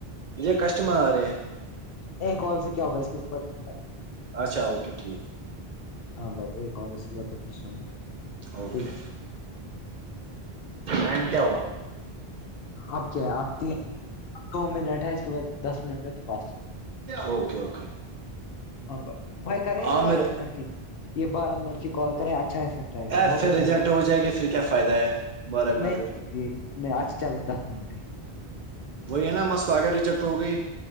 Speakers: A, on the right; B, on the left.
A: مجھے کسٹمر ہے
B: ایک کال سے کیا ہوگا اس کے-
A: اچھا, اوکے ٹھیک ہے-
B: ہاں بھائی ایک کال اس کے بع تو پھر سوئیں گے-
A: اوکے
B: پھر
A: فڈ کیا ہوا-
B: اب کیا اب ت دو منٹ ہے اس- کے بعد دس منٹ ہے تو بس
A: اوکے- اوکے
B: ہاں بھائی بھائی کریں یہ
A: آ
B: بارہ
A: مر
B: منٹ کی یہ بارہ منٹ کی کال کریں اچھا افیکٹ آئے گا
A: ا
B: بہت
A: پھر
B: اچھا
A: ریجیکٹ
B: افیکٹ
A: ہو جائے گی پھر کیا فائدہ ہے- بارہ منٹ
B: نہیں-
A: روز
B: نہیں آھ چلو دس منٹ ہی-
A: وہی ہے نا مس ل آگئے ریجیکٹ ہو گئی-